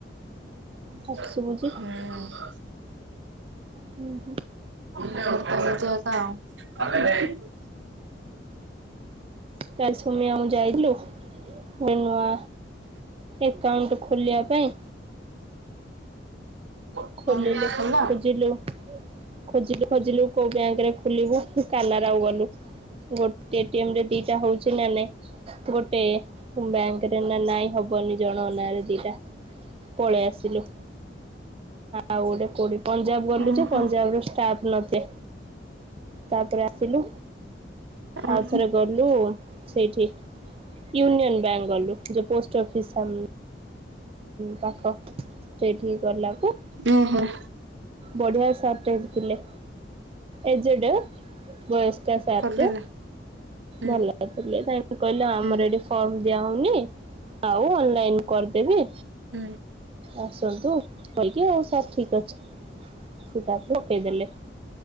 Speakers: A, on the right (about 75°); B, on the right (about 30°).
A: ହୁଁ।
B: ପାଟି ଶୁଭୁଛି ହୁଁ, ହୁଁ।
A: <inaudible>
B: କାଲି ସୋମ୍ୟା ଆଉ ମୁଁ ଯାଇଥିଲୁ ଗୋଟେ ନୂଆ ଏକାଉଣ୍ଟ ଖୋଲିବା ପାଇଁ।
A: ଆଉ
B: ଖୋଲିଲୁ,
A: ହେଲା
B: ଖୋଜିଲୁ। ଖୋଜିଲୁ ଖୋଜିଲୁ କୋଉ ବ୍ୟାଙ୍କରେ ଖୋଲିବୁ ପୁଣି କାନାଡାକୁ ଗଲୁ। ଗୋଟେ ଏ ଟି ଏମ୍ ରେ ଦିଟା ହଉଛି ନା ନାଇ ଗୋଟେ ବ୍ୟାଙ୍କରେ ନା ନାଇଁ ହ ବନି ଜଣଙ୍କ ନାଆରେ ଦିଟା ପଳେଇ ଆସିଲୁ। ଆଉ ଗୋଟେ କୋଉଠି ପଞ୍ଜାବ ଗଲୁ
A: ଓହୋ
B: ଯେ ପଞ୍ଜାବର ଷ୍ଟାଫ ନଥିଲେ, ତାପରେ ଆସିଲୁ।
A: ଓହୋ।
B: ଆଉ ଥରେ ଗଲୁ ସେଇଠି ୟୁନିଅନ ବ୍ୟାଙ୍କ ଗଲୁ ଯୋଉ ପୋଷ୍ଟ ଅଫିସ ସମ୍ ପାଖ ସେଇଠିକି ଗଲାକୁ
A: ଓହୋଃ!
B: ବଢିଆ ସାରଟେ ହେଇଠି ଥିଲେ ଏଜଡ୍ ବୟସ୍ ଚା ସାରଟେ
A: କରିଦେଲା ହୁଁ
B: ଭଲ ଥିଲେ ତାଙ୍କେ କହିଲେ ଆମର
A: ହୁଁ
B: ଏଇଠି ଫର୍ମ ଦିଆହଉନି ଆଉ ଅନଲାଇନ କରିଦେବି।
A: ହୁଁ
B: ଆସନ୍ତୁ କହିକି ଆଉ ସବୁ ଠିକ୍ ଅଛି। ସେ ତାପରେ ପକେଇଦେଲେ,